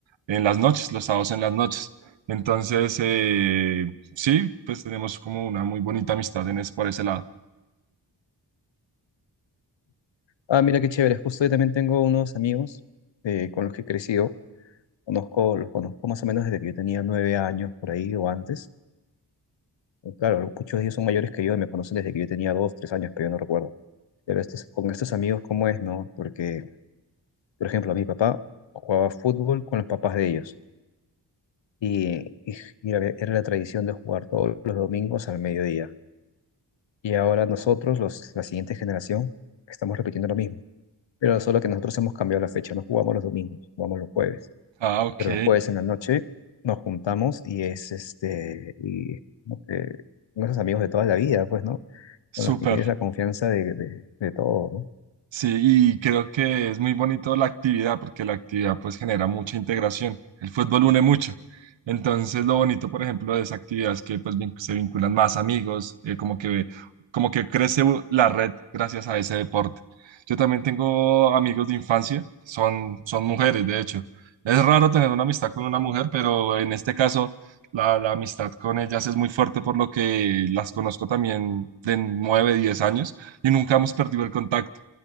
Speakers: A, on the right; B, on the left.
A: en las noches, los sábados en las noches. Entonces, eh, sí, pues tenemos como una muy bonita amistad en es, por ese lado.
B: Ah, mira qué chévere. Justo yo también tengo unos amigos eh, con los que he crecido. Conozco, los conozco más o menos desde que yo tenía nueve años por ahí o antes. Pues Claro, ¿no? muchos de ellos son mayores que yo y me conocen desde que yo tenía dos, tres años, que yo no recuerdo. Pero estos, con estos amigos, ¿cómo es, no? Porque, por ejemplo, mi papá jugaba fútbol con los papás de ellos. Y, y- y era era la tradición de jugar todos los domingos al mediodía. Y ahora nosotros, los, la siguiente generación, estamos repitiendo lo mismo. Pero solo que nosotros hemos cambiado la fecha, no jugamos los domingos, jugamos los jueves.
A: Ah, ok,
B: Pero los jueves en la noche nos juntamos y es este, y como que con esos amigos de toda la vida, pues, ¿no?
A: súper.
B: con los que tienes la confianza de, de, de todo, ¿no?
A: Sí, y creo que es muy bonito la actividad porque la actividad pues genera mucha integración. El fútbol une mucho. Entonces, lo bonito, por ejemplo, de esa actividad es que pues vin- se vinculan más amigos, eh, como que como que crece u- la red gracias a ese deporte. Yo también tengo amigos de infancia, son son mujeres, de hecho. Es raro tener una amistad con una mujer, pero en este caso la, la amistad con ellas es muy fuerte por lo que las conozco también de 9 10 años y nunca hemos perdido el contacto.